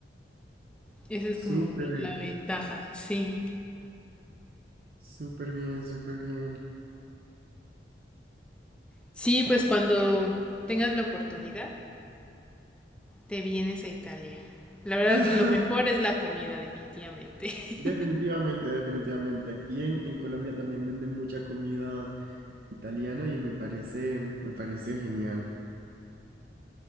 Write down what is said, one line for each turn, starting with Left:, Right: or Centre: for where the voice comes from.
Centre: Esa es
Right: súper,
Centre: como la ventaja, sí.
Right: súper bien, súper bien.
Centre: Sí, pues cuando tengas la oportunidad, te vienes a Italia. La verdad,
Right: <laughs>
Centre: lo mejor es la comida, definitivamente. <laughs>
Right: Definitivamente, definitivamente. Aquí en, en Colombia también venden mucha comida italiana y me parece, me parece genial.